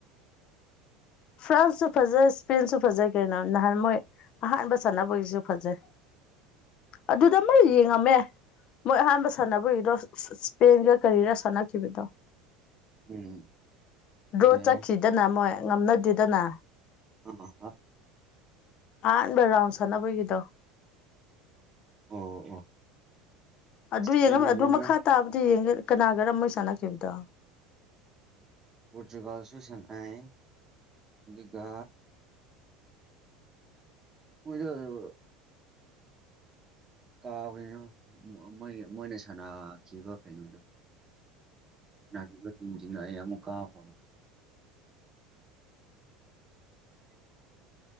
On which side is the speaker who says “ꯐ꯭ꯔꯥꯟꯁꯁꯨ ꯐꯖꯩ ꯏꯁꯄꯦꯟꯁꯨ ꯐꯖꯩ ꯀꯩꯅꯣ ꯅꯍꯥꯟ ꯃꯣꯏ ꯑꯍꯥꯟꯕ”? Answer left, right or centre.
Left